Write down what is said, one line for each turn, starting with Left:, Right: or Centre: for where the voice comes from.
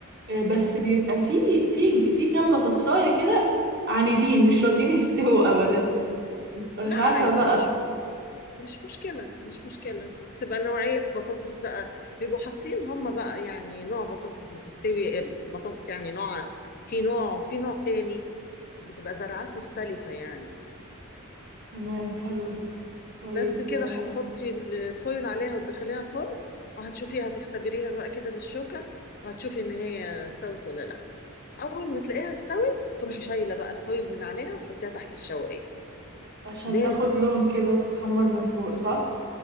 Right: إيه بس بيبقى في في في كام بطاطساية كده عنيدين مش راضيين <laughs> يستووا ابدا ببقى
Left: لا
Right: مش
Left: عادي
Right: عارفة بقى
Left: مش مش مشكلة مش مشكلة تبقى نوعية بطاطس بقى بيبقوا حاطين هم بقى يعني نوع بطاطس بتستوي آه، بطاطس يعني نوع في نوع وفي نوع تاني بتبقى زراعات مختلفة يعني
Right: تمام حلو ده طيب
Left: بس كده
Right: آه،
Left: هتحطي ال- الفويل عليها وتدخليها الفرن وهتشوفيها هتختبريها بقى كده بالشوكة وهتشوفي ان هي استوت ولا لا اول ما تلاقيها استوت تروحي شايلة بقى الفويل من عليها وتحطيها تحت الشواية
Right: عشان
Left: لازم
Right: تاخد لون كده وتتحمر من فوق صح